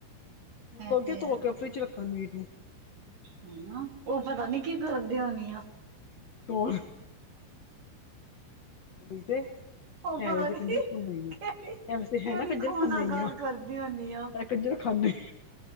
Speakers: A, on the right; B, on the left.
A: ਇਹ
B: ਲੋਗੇ
A: ਤੇ
B: ਧੋ
A: ਹੈ
B: ਕੇ ਫਰਿਜ ਰੱਖਾਗੇ।
A: ਹੈਨਾ, ਓਹ ਪਤਾ ਨੀ ਕੀ ਕਰਦੀ ਹੋਣੀ ਆ।
B: ਤੂੰ <unintelligible>
A: ਉਹ
B: ਐਹਦਾ
A: ਪਤਾ
B: ਤਾਂ
A: ਨੀ
B: ਕੰਜਰਖਾਨਾ ਈ ਆ,
A: ਕਿਹੜੀ
B: ਐ ਵਸਤੇ
A: ਕਿਹੜੀ
B: ਹੈ ਨਾ ਕੰਜਰਖਾਨਾ
A: ਖੂਹ ਨਾਲ
B: ਈ
A: ਗੱਲ
B: ਆ।
A: ਕਰਦੀ ਹੁੰਦੀ ਆ
B: ਕੰਜਰਖਾਨੇ,